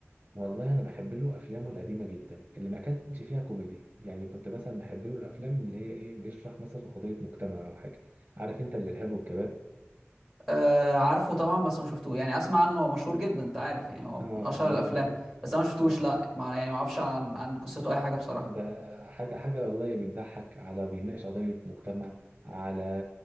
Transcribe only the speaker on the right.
والله انا بحب له افلامه القديمه جدا اللي ما كانش فيها كوميدي يعني كنت مثلا بحب له الافلام اللي هي ايه بيشرح مثلا قضيه مجتمع او حاجه عارف انت الارهاب والكباب
اه
ايوه
آه.
آه.
ده حاجة حاجة والله بتضحك على بيناقش قضية مجتمع على